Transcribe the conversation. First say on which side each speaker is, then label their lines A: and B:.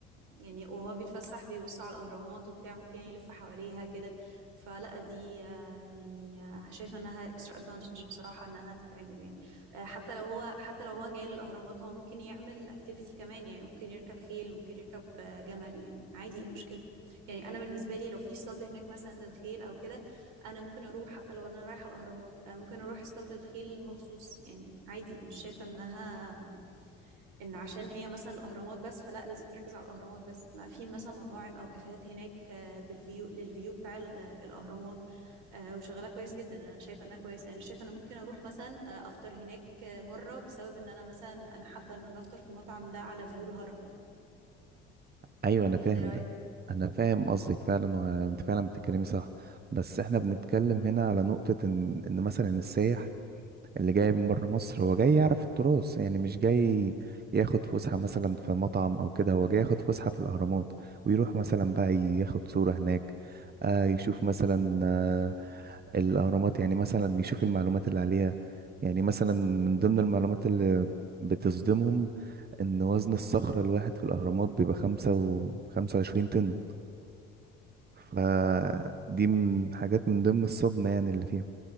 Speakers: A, on the right; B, on the right.
A: يعني وهو بيتفسح بيبص على الاهرامات وبتاع ممكن يلف حواليها كده فلا دي آه، يعني آه، شايفه انها اكسترا ادفانتج بصراحه انها تتعمل يعني آه، حتى لو هو حتى لو هو جاي للاهرامات هو ممكن يعمل اكتيفيتي كمان يعني ممكن يركب خيل ممكن يركب آه، جمل يعني عادي ايه المشكله يعني انا بالنسبه لي لو في اسطبل هناك مثلا للخيل او كده انا ممكن اروح حتى لو انا رايحه الاهرامات انا ممكن اروح اسطبل الخيل مخصوص يعني عادي مش شايفه انها ان عشان هي مثلا الاهرامات بس فلا لازم نركز على الاهرامات بس ما في مثلا مطاعم او كافيهات هناك آه، بالفيو للفيو بتاع ال- الاهرامات آه، وشغاله كويس جدا انا شايفه انها كويس يعني انا شايفه انا ممكن اروح مثلا آه، افطر هناك آه، مره بسبب ان انا مثلا انا حابه ان انا افطر في المطعم ده على فيو الهرم
B: ايوه انا
A: ولا
B: فاهم
A: انت إيه رايك
B: ده انا فاهم قصدك فعلا وانت فعلا بتتكلمي صح بس احنا بنتكلم هنا على نقطه ان ان مثلا السايح اللي جاي من بره مصر هو جاي يعرف التراث يعني مش جاي ياخد فسحة مثلا في مطعم أو كده هو جاي ياخد فسحة في الأهرامات ويروح مثلا بقى ياخد صورة هناك آه يشوف مثلا آه الأهرامات يعني مثلا يشوف المعلومات اللي عليها يعني مثلا من ضمن المعلومات اللي بتصدمهم إن وزن الصخرة الواحد في الأهرامات بيبقى خمسة وخمسة وعشرين طن فدي من حاجات من ضمن الصدمة يعني اللي فيها